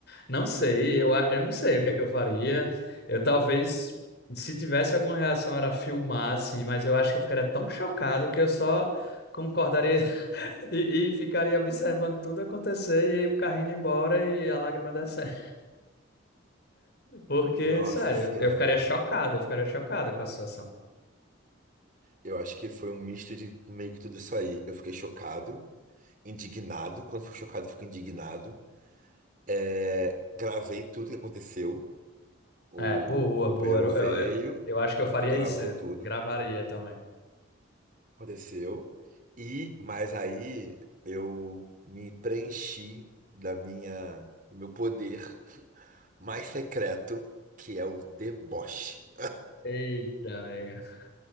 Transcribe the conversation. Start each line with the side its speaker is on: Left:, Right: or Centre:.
Left: Não sei, eu, a- eu não sei o que é que eu faria. Eu talvez, se tivesse alguma reação, era filmar assim, mas eu acho que eu ficaria tão chocado que eu só concordaria <laughs> e, e ficaria observando tudo acontecer e aí o carrinho indo embora e a lágrima descendo. Porque,
Right: Nossa
Left: sério,
Right: senhora.
Left: eu ficaria chocado, eu ficaria chocado com a situação.
Right: Eu acho que foi um misto de meio que tudo isso aí. Eu fiquei chocado, indignado. Quando fico chocado, fico indignado. É, gravei tudo que aconteceu. O,
Left: É, boa,
Right: o companheiro
Left: boa. Eu,
Right: veio,
Left: eu, eu eu acho que eu faria
Right: gravou
Left: isso,
Right: tudo,
Left: gravaria também.
Right: aconteceu. E, mas aí eu me preenchi da minha, do meu poder mais secreto, que é o deboche.
Left: Eita, amiga.